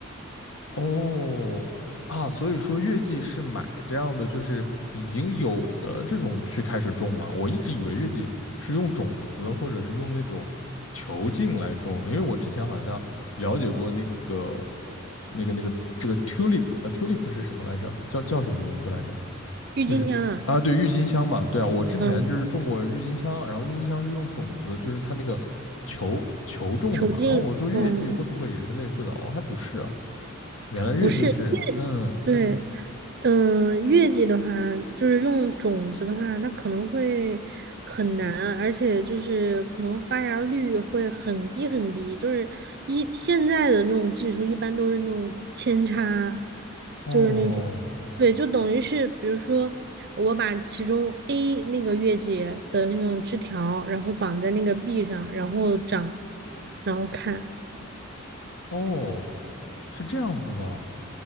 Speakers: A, on the left; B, on the right.
A: 哦，啊，所以说月季是买这样的，就是已经有的这种去开始种吗？我一直以为月季是用种子或者是用那种球茎来种，因为我之前好像了解过那个那个那个这个 tulip，呃，tulip 是什么来着？叫叫什么名字来着？
B: 郁金香啊，
A: 就是啊，对，郁金香嘛，对啊，我之前就是种过郁金香，
B: 嗯，
A: 然后郁金香是用种子，就是它那个球球种的嘛，
B: 球茎，
A: 然后我说月季会不会也是类似的？
B: 嗯，
A: 哦，还不是啊。原来月季是，
B: 不是，因为对，
A: 嗯，
B: 嗯，月季的话，就是用种子的话，它可能会很难，而且就是可能发芽率会很低很低。就是一现在的那种技术，一般都是那种扦插，
A: 哦，
B: 就是那种，对，就等于是，比如说我把其中 A 那个月季的那种枝条，然后绑在那个 B 上，然后长，然后看。
A: 哦，是这样子的，